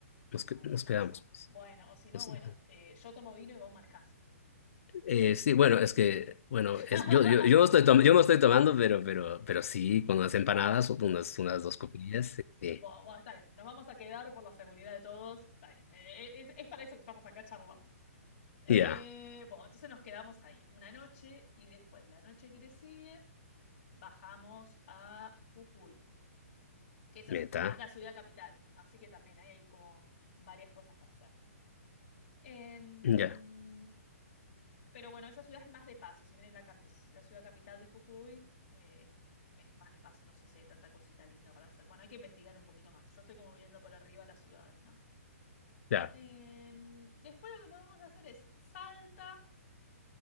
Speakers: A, on the left; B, on the left.
A: nos, que-
B: Ay,
A: nos
B: tenés
A: quedamos,
B: razón. Bueno, o si no,
A: pues.
B: bueno, eh, yo tomo vino y vos manejás.
A: Eh, sí, bueno, es que, bueno,
B: <laughs>
A: es, yo, yo, yo, estoy tom- yo no estoy tomando, pero, pero, pero sí, con unas empanadas, unas, unas dos copillas, sí. sí.
B: Bueno, bueno, está bien, nos vamos a quedar por la seguridad de todos, está bien, Eh, es, es para eso que estamos acá charlando. Eh,
A: Ya,
B: bueno, entonces nos quedamos ahí una noche y después la noche que le sigue bajamos a Jujuy, que esa
A: meta
B: es la ciudad capital, así que también ahí hay como varias cosas para hacer. Em,
A: ya,
B: pero bueno, esa ciudad es más de paso, si bien es la, cap- es la ciudad capital de Jujuy, eh, es más de paso, no sé si hay tanta cosita linda para hacer. Bueno, hay que investigar un poquito más, yo estoy como viendo por arriba las ciudades, ¿no?
A: ya,
B: Em, después lo que podemos hacer es Salta.